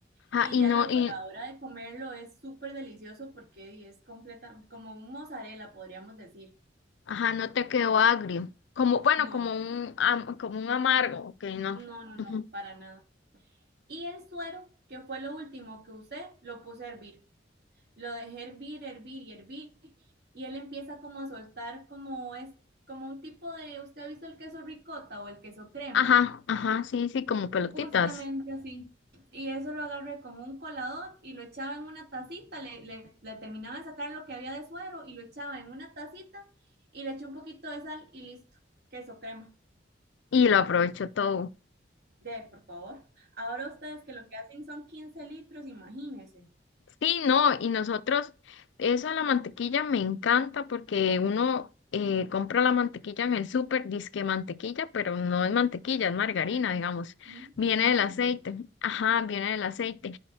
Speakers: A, on the left; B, on the right.
A: Ajá,
B: Y
A: y
B: ya
A: no,
B: luego
A: y
B: a la hora de comerlo es súper delicioso porque di, es completamente como un mozzarella, podríamos decir.
A: Ajá, no te quedó agrio. Como, bueno,
B: No,
A: como un, am- como un amargo, ok, no.
B: no, no, no,
A: Ujú.
B: para nada. Y el suero, que fue lo último que usé, lo puse a hervir. Lo dejé hervir, hervir y hervir. y él empieza como a soltar como es como un tipo de, ¿usted ha visto el queso ricota o el queso crema?
A: Ajá, ajá, sí, sí, como pelotitas.
B: Justamente así. Y eso lo agarré con un colador y lo echaba en una tacita, le, le- le terminaba de sacar lo que había de suero y lo echaba en una tacita y le eché un poquito de sal y listo, queso crema.
A: Y lo aprovecho todo.
B: De, por favor. Ahora ustedes que lo que hacen son 15 litros, imagínense.
A: Sí, no, y nosotros, eso de la mantequilla me encanta porque uno eh, compra la mantequilla en el súper, disque mantequilla, pero no es mantequilla, es margarina,
B: Pero no.
A: digamos.
B: sí,
A: Viene
B: Y es malísimo.
A: del aceite, ajá, viene del aceite.